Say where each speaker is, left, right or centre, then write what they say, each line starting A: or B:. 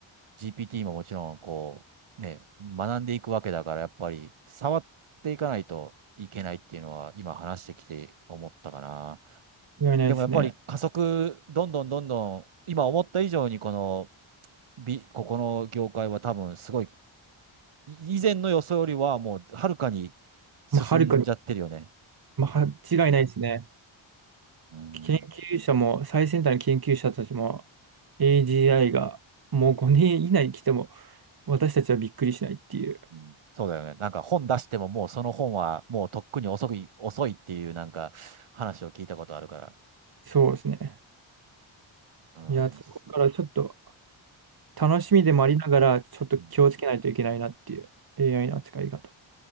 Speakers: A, on the right; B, on the right.
A: GPT ももちろんこう、ね、学んでいくわけだから、やっぱり触っていかないといけないっていうのは今話してきて思ったかな。
B: 間違いないですね。
A: でもやっぱり加速、どんどんどんどん、今思った以上にこの、びここの業界は多分すごい、い以前の予想よりはもうはるかに進んじゃってるよね。
B: まあ、はるかに、まあ、間違いないですね。
A: うん
B: 研究者も、最先端の研究者たちも、AGI がもう5年以内に来ても、私たちはびっくりしないっていう。
A: うんそうだよね。なんか本出してももうその本はもうとっくに遅い、遅いっていうなんか話を聞いたことあるから。
B: そうですね。
A: うん、
B: いや、これからちょっと
A: そ
B: 楽しみでもありながら、
A: そっか。
B: ちょっと気をつけないといけないなっていう
A: うん
B: AI の扱い方。